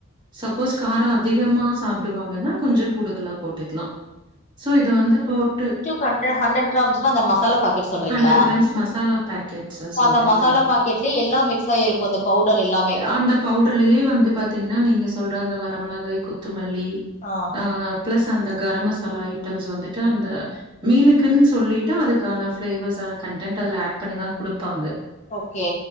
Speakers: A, on the right (about 20°); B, on the left (about 30°).
A: சப்போஸ் காரோ அதிகமா சாப்டுவாங்கன்னா கொஞ்சோ கூடுதலா போட்டுக்லா சோ இது வந்து போட்டு
B: பண்றே ஹண்ட்ரட் கிராம்ஸ்ல அந்த மஸ் மசாலா பாக்கெட் சொல்றிங்ளா
A: ஹண்ட்ரட் கிராம்ஸ் மசாலா பேக்கெட்ஸு
B: இப்ப
A: சொல்றே
B: அந்த மசாலா
A: நானு
B: பாக்கெட்லே எல்லா மிக்ஸ் ஆயிருக்கு அந்த பவுடர் எல்லாமே
A: அந்த பவுடர்லயே வந்து பாத்தீங்கன்னா நீங்க சொல்ற அந்த வரமிளகாய் கொத்தமல்லி
B: ஆ
A: ஆ பிளஸ் அந்த கரம் மசாலா ஐட்டம்ஸ் வந்துட்டு அந்த மீனுக்குன்னு சொல்லிட்டு அதுக்கான பிளேவர்ஸான கண்டெட் அதுல ஆட் பண்ணிதா குடுப்பாங்க
B: ஓகே